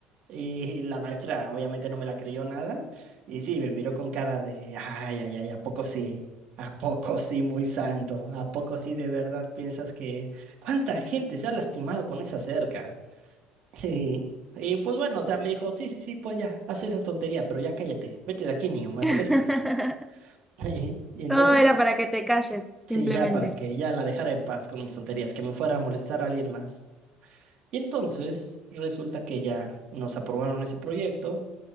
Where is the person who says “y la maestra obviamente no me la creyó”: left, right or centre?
Right